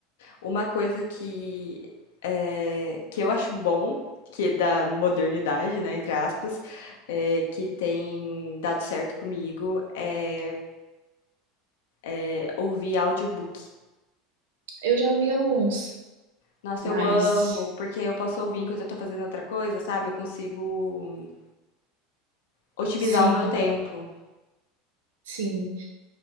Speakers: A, on the left; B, on the right.
A: Uma coisa que, eh, que eu acho bom, que é da modernidade, né, entre aspas, eh, que tem dado certo comigo, é, é ouvir audiobook.
B: Eu já ouvi alguns,
A: Nossa,
B: mas
A: eu amo, porque eu posso ouvir enquanto eu tô fazendo outra coisa, sabe? Eu consigo otimizar
B: sim,
A: o meu tempo.
B: sim.